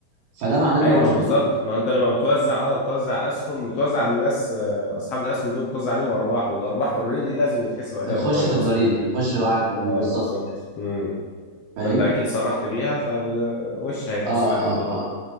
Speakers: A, on the right; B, on the left.
A: فده معناه ان
B: ايوه
A: هو مش
B: ما بالظبط
A: مصروف
B: ما انت لما بتوزع اه بتوزع اسهم بتوزع على الناس آه، اصحاب الاسهم دول بتوزع عليهم ارباح والارباح اوريدي لازم يتحسب عليها
A: تخش
B: الضرايب
A: في الضريبه
B: اصلا
A: بتخش في عائد الضريبه
B: اه
A: بالظبط
B: بالظبط
A: كده
B: امم
A: فاهم
B: فانت اكيد صرحت بيها فوش هيتحسب
A: اه
B: عليك
A: اه
B: ضرايب
A: اه